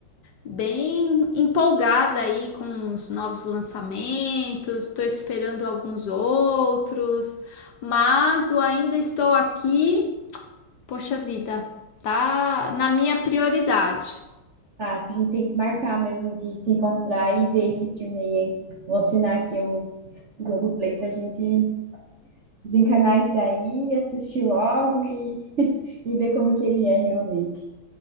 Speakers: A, on the left; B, on the right.
A: bem empolgada aí com os novos lançamentos. Tô esperando alguns outros, mas o ainda estou aqui. Poxa vida, tá na minha prioridade.
B: Tá, acho que a gente tem que marcar mesmo de se encontrar e ver esse filme aí, hein? Vou assinar aqui o Globoplay pra gente desencanar isso daí, assistir logo e, <laughs> e ver como que ele é realmente.